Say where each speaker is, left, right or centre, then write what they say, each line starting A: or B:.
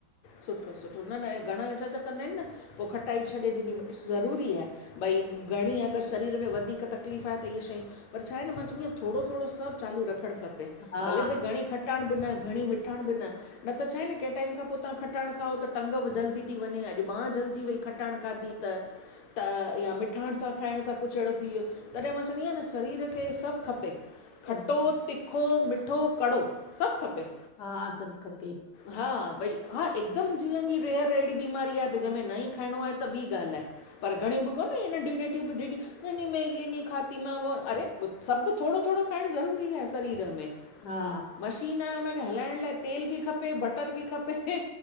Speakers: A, on the left; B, on the left.
A: सुठो- सुठो, न -न घणा असां छा कंदा आहिनि न, पो खटाइ छॾे ॾीनी, ज़रूरी आहे। भई घणी अगरि शरीर में वधीक तकलीफ़ आहे, त इहे शयूं पर छा आहे न, मां चङीआयां, थोड़ो -थोड़ो सभु चालू रखणु खपे। खपे
B: हा
A: भले भई घणी खटाण बि न, घणी मिठाण बि न, नत छाए न कैं टाइम खां पो त खटाण खाओ त टंग बि जलिजी थी वञे, अॼु बांह जलिजी वई खटाण खाधी त। त या मिठाण सां खाइण सां कुझु अहिड़ो थी वियो। तॾे मां चवंदी आहियां न सरीर खे सभु खपे।
B: सभु
A: खटो,
B: सभु
A: तिखो, मिठो, कड़ो सभु खपे।
B: हा, सभु खपे।
A: हा, भई। हा एकदमि जीअनि जी रेअर अहिड़ी बीमारी आ, जहिंमें न ई खाइणो आहे त ॿी ॻाल्हि आहे। पर घणियूं बि कोनहे, इहे नंढूं नढियूं बिॾूं बि नंई नंई में ये नंई खाती में वो अरे ॿु सभु थोडो-थोडो खाइणु ज़रूरी आ सरीर में।
B: हा
A: मशीन आ हुनखे हलाइण लाइ तेल बि खपे, बटर बि खपे।